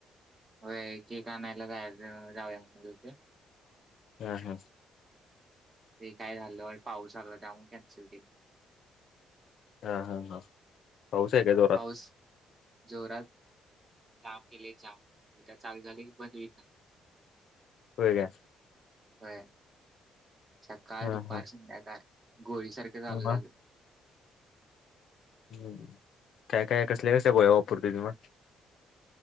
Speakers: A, on the right; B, on the left.
A: ह क कामायला जायर जावया म्हण
B: हम्म हम्
A: ते काय झालं पाऊस आला त्यामुळे कॅन्सल केल
B: हा हा हा पाऊस आहे काय जोरात
A: पाऊस जोरात जाम केले जाम त्या चालू झाले की बंद होत ना
B: होय का
A: हो सकाळ
B: हा
A: दुपार
B: हा
A: संध्याकाळ काय गोळीसारखं चालू
B: मग
A: झालं
B: हम् काय काय कसले कस आहे गोया पूर्गुजी म